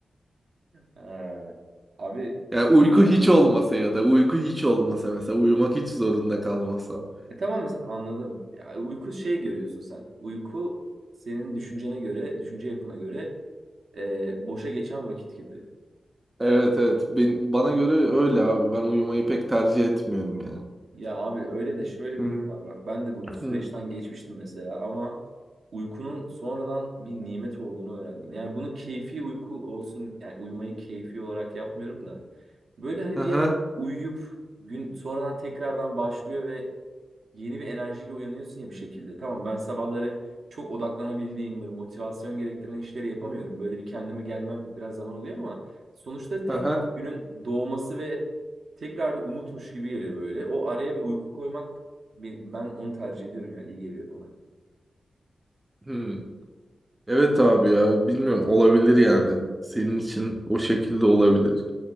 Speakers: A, on the right (about 65°); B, on the right (about 15°).
A: Ha. Abi kötü
B: Yani uyku
A: ya.
B: hiç olmasa ya da uyku hiç olmasa mesela uyumak hiç zorunda kalmasam.
A: E tamam mesela anladım. Ya e, uyku şey görüyorsun sen. Uyku senin düşüncene göre, düşünce yapına göre e, boşa geçen vakit gibi.
B: Evet evet ben, bana göre öyle abi ben uyumayı pek tercih etmiyorum yani.
A: Ya abi öyle de şöyle
B: Hı
A: bir durum var bak. Ben de bu süreçten
B: hı.
A: geçmiştim mesela ama uykunun sonradan bir nimet olduğunu öğrendim. Yani bunu keyfi uyku olsun yani uyumayı keyfi olarak yapmıyorum da. Böyle hani bir
B: Aha.
A: yer uyuyup gün sonradan tekrardan başlıyor ve yeni bir enerjiyle uyanıyorsun ya bir şekilde. Tamam ben sabahları çok odaklanabildiğim böyle motivasyon gerektiren işleri yapamıyorum. Böyle bir kendime gelmem biraz zaman oluyor ama sonuçta tek
B: Aha.
A: bir günün doğması ve tekrar bir umutmuş gibi geliyor böyle. O araya bir uyku koymak ben, ben onu tercih ediyorum ya iyi geliyor bana.
B: Hı. Evet abi ya bilmiyorum olabilir yani. Senin için o şekilde olabilir.